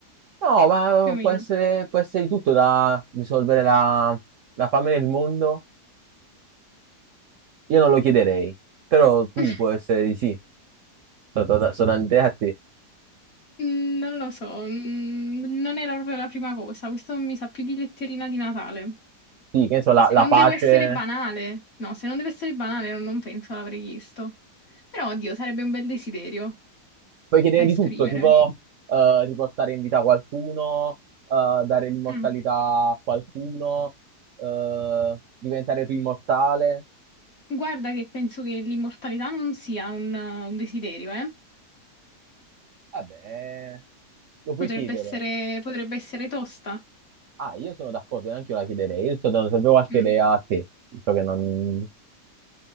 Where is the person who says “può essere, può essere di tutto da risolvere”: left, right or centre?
Right